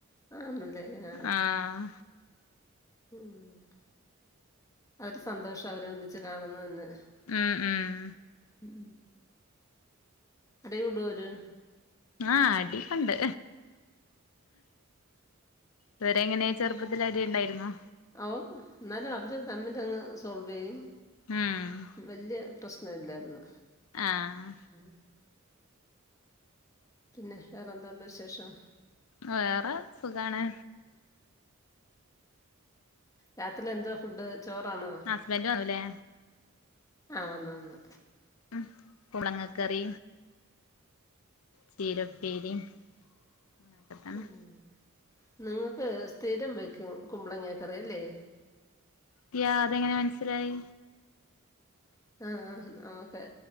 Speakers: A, on the left; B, on the left.
A: <unintelligible>
B: ആഹ്
A: ഉം അതു സന്തോഷാ അവരെ ഒന്നിച്ച് കാണന്ന് തന്നെ
B: ഉം ഉം
A: ഉം അടി കൂടോ അവര്
B: ആഹ് അടിയെക്കൊണ്ട് ഇവരെങ്ങനെ ചെറുപ്പത്തില് അടി ഉണ്ടായിരുന്നോ
A: ഔ എന്നാലും അവര് തമ്മിലങ്ങ് സോൾവ് ചെയ്യും
B: ഉം
A: വല്യ പ്രശ്നമില്ലായിരുന്നു
B: ആഹ്
A: ഉം പിന്നെ വേറെന്ത്ണ്ട് വിശേഷം
B: വേറെ സുഖാണ്
A: രാത്രി എന്തോ ഫുഡ് ചോറാണോ
B: ഹസ്ബൻഡ് വന്നൂല്ലേ
A: ആഹ് വന്നു വന്നു
B: ഉം കുബളങ്ങ കറി ചീര ഉപ്പേരിയും അതെക്കെ തന്നെ
A: ഉം. നിങ്ങൾക്ക് സ്ഥിരം വയ്ക്കും കുമ്പളങ്ങേക്കറി അല്ലേ
B: ത്യാ അതെങ്ങനെ മനസ്സിലായി
A: ആഹ് ഓക്കെ